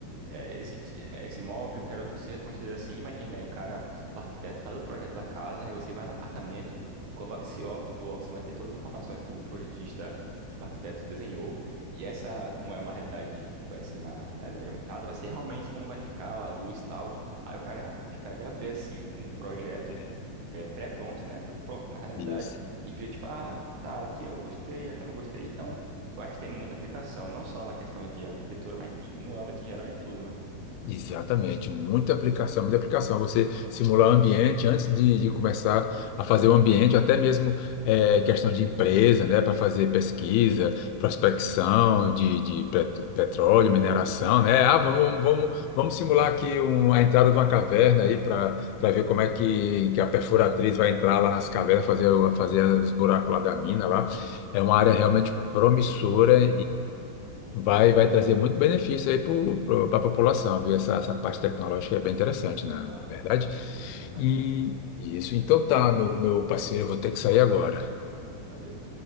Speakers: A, on the right; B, on the left.
A: é, esse, ti- é, esse imóvel, eu quero que você construído assim. Imagina, aí o cara, o arquiteto faz o projeto da casa, aí você vai no apartamento, coloca esse óculos, o óculos vai ter todas as informações que o projetista, o arquiteto desenhou, e essa, como é uma realidade, vai ser uma realidade aumentada, vai ser realmente como vai ficar a luz e tal. Aí o cara real- fica, já vê assim, um projeto
B: É,
A: é, pré-pronto, né? Pronto na realidade,
B: isso.
A: e vê tipo, ah, tá, aqui eu gostei, aqui eu não gostei, então. Eu acho que tem muita aplicação, não só na questão de arquitetura, mas e- no âmbito em geral de tudo, né?
B: Exatamente, muita aplicação, muita aplicação. Você simular o ambiente antes de, de começar a fazer o ambiente, até mesmo eh, questão de empresa, né, para fazer pesquisa, prospecção de, de pet- petróleo, mineração, né? Ah, vamos, vamos, vamos simular aqui um- a entrada de uma caverna aí para para ver como é que, que a perfuratriz vai entrar lá nas cavernas, fazer, o- fazer os buracos lá da mina lá. É uma área realmente promissora Vai, vai trazer muito benefício aí para a população, viu? Essa, essa parte tecnológica é bem interessante, né? Na
A: Ah,
B: verdade.
A: exatamente.
B: E isso, então tá, meu, meu parceiro, eu vou ter que sair agora.
A: Opa, valeu.